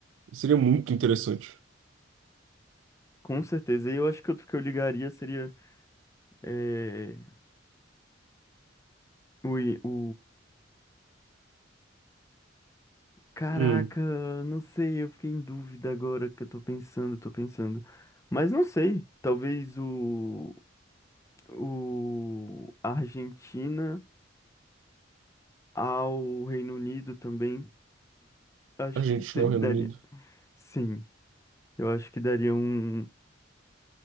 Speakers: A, on the right (about 80°); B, on the left (about 15°).
A: Seria muito interessante.
B: com certeza. E eu acho que outro que eu ligaria seria é, o, i- o... Caraca,
A: Hum,
B: não sei, eu fiquei em dúvida agora que eu tô pensando, tô pensando. Mas não sei, talvez o, o Argentina ao Reino Unido também. Acho
A: a gente
B: que se-
A: não Reino
B: daria.
A: Unido.
B: Sim, eu acho que daria um,